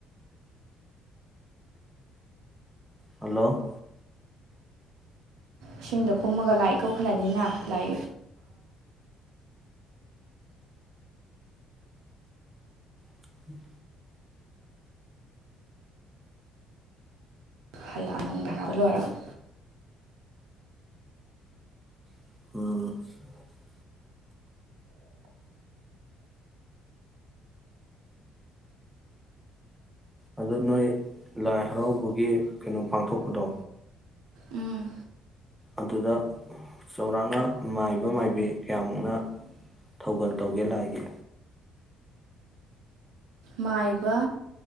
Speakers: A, in the centre; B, on the right.
A: ꯍꯜꯂꯣ
B: ꯏꯁꯤꯡꯗꯣ ꯀꯨꯝꯃꯒ ꯂꯥꯏ ꯀꯣꯛꯈꯠꯂꯅꯤꯅ ꯂꯥꯏ
A: ꯎꯝ
B: ꯍꯜꯂꯛ ꯅꯪ ꯚꯔꯥꯎꯒ ꯂꯣꯏꯔꯕꯣꯏ
A: ꯑꯣ ꯑꯗꯨ ꯅꯣꯏ ꯂꯥꯏ ꯍꯔꯥꯎꯕꯒꯤ ꯀꯩꯅꯣ ꯄꯥꯡꯊꯣꯛꯄꯗꯣ
B: ꯎꯝ
A: ꯑꯗꯨꯗ ꯆꯥꯎꯔꯥꯛꯅ ꯃꯥꯏꯕ ꯃꯥꯏꯕꯤ ꯀꯌꯥꯃꯨꯛꯅ ꯊꯧꯒꯜ ꯇꯧꯒꯦ ꯂꯥꯏꯒꯤ
B: ꯃꯥꯏꯕ